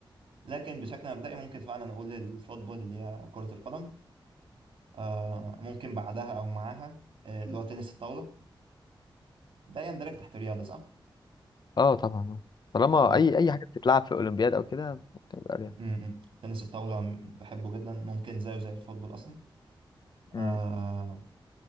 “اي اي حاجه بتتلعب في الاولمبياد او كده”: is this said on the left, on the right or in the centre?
Left